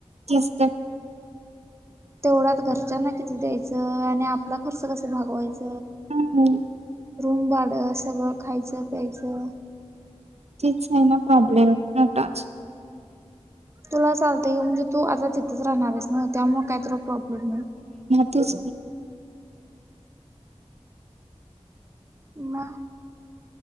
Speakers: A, on the right (about 70°); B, on the right (about 25°).
A: तीसगत.
B: तेवढ्यात घरच्यांना किती द्यायचं आणि आपला खर्च कसं भागवायचा?
A: हम् <inaudible>
B: रूम भाडे सगळं खायाचं प्यायचं.
A: तीच आहे ना प्रॉब्लेम मोठाच.
B: तुला चालतंय <inaudible> ग म्हणजे तू आता तिथंच राहणार आहेस ना त्यामुळे काय तुला प्रॉब्लेम ना.. <unintelligible>
A: तस...
B: म.